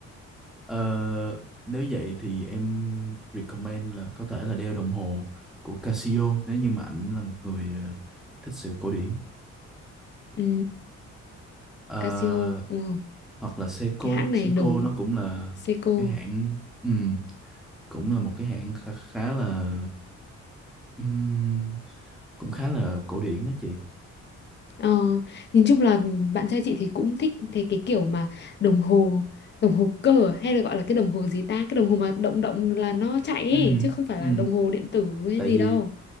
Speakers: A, in the centre; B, on the left.
A: ờ, nếu vậy thì em recommend là có thể là đeo đồng hồ của Casio nếu như mà ảnh là một người ờ, thích sự cổ điển
B: Ừ,
A: Ờ,
B: Casio, ừ.
A: hoặc là Seiko
B: Cái hãng này
A: Seiko
B: nổi,
A: nó cũng là
B: Seiko.
A: cái hãng ừm, cũng là một cái hãng khá, khá là ừm, cũng khá là cổ điển đó chị
B: Ờ, nhìn chung là bạn trai chị thì cũng thích thế cái kiểu mà đồng hồ đồng hồ cơ à? hay là gọi là cái đồng hồ gì ta cái đồng hồ mà động động là nó chạy ấy
A: Ừ,
B: chứ không phải
A: ừ,
B: là đồng hồ điện tử hay
A: tại
B: gì
A: vì
B: đâu